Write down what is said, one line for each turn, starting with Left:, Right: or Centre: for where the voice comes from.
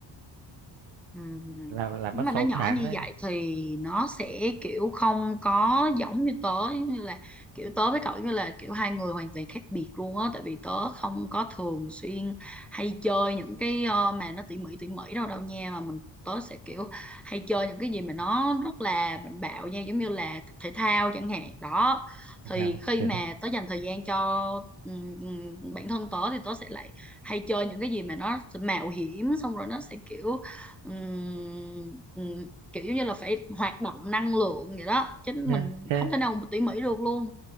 Centre: Ừ. ừ, ừ.
Right: làm làm
Centre: Nếu
Right: mất
Centre: mà
Right: 6
Centre: nó nhỏ
Right: tháng
Centre: như
Right: đấy
Centre: vậy thì nó sẽ kiểu không có giống như tớ giống như là kiểu tớ với cậu giống như là kiểu hai người hoàn toàn khác biệt luôn á tại vì tớ không có thường xuyên hay chơi những cái ờ, mà nó tỉ mỉ tỉ mỉ đâu đâu nha mà mình tớ sẽ kiểu hay chơi những cái gì mà nó rất là mạnh bạo nha giống như là thể thao chẳng hạn đó
Right: Thì
Centre: thì
Right: sao
Centre: khi
Right: thế
Centre: mà
Right: thôi
Centre: tớ dành thời gian cho ừm, ừm, bản thân tớ thì tớ sẽ lại hay chơi những cái gì mà nó mạo hiểm xong rồi nó sẽ kiểu ừm, ừm, kiểu như là phải hoạt động năng lượng vậy đó chứ
Right: nha
Centre: mình
Right: thế
Centre: không thể nào mà tỉ mỉ được luôn